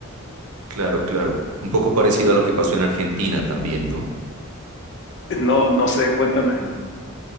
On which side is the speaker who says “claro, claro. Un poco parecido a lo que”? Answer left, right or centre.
Right